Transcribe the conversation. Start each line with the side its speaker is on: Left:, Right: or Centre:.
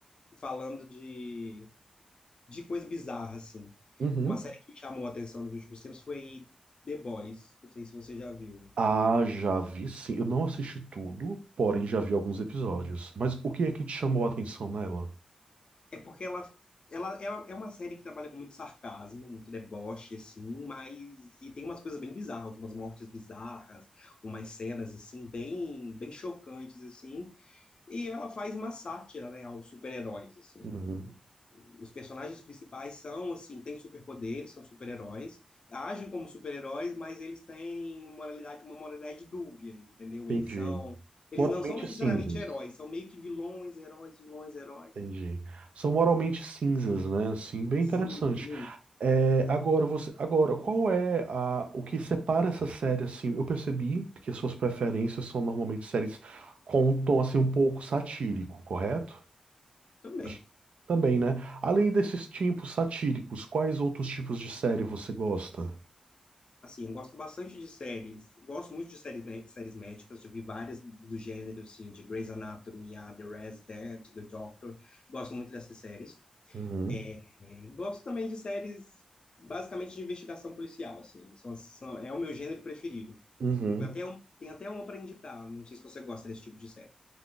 Left: falando de, de coisa bizarra, assim.
Right: Uhum.
Left: Uma série que me chamou a atenção nos últimos tempos foi The Boys, não sei se você já viu.
Right: Ah, já vi sim. Eu não assisti tudo, porém já vi alguns episódios. Mas o que é que te chamou a atenção nela?
Left: É porque ela, ela, ela é uma série que trabalha com muito sarcasmo, muito deboche, assim, mas. E tem umas coisas bem bizarras, umas mortes bizarras, umas cenas, assim, bem, bem chocantes, assim. E ela faz uma sátira, né, aos super-heróis, assim.
Right: Uhum.
Left: Os personagens principais são, assim, têm superpoderes, são super-heróis, agem como super-heróis, mas eles têm moralidade, uma moralidade dúbia, entendeu?
Right: Entendi.
Left: Eles são. Eles
Right: Moralmente
Left: não são necessariamente
Right: cinzas.
Left: heróis, são meio que vilões, heróis, vilões, heróis.
Right: Entendi. São moralmente cinzas, né? Sim, bem
Left: Sim,
Right: interessante. É, agora você, agora qual é a, o que separa essa série assim? Eu percebi que as suas preferências são normalmente séries com um tom assim um pouco satírico, correto?
Left: Também.
Right: Acho- Também, né? Além desses tipos satíricos, quais outros tipos de série você gosta?
Left: Assim, eu gosto bastante de séries, gosto muito de séries, mé- séries médicas, já vi várias do gênero, assim, de Grey's Anatomy, a The Resident, The Doctor, gosto muito dessas séries.
Right: Uhum.
Left: É, é, gosto também de séries, basicamente, de investigação policial, assim, são, são, é o meu gênero preferido.
Right: Uhum.
Left: Tem até, um, tem até uma para indicar, não sei se você gosta desse tipo de série,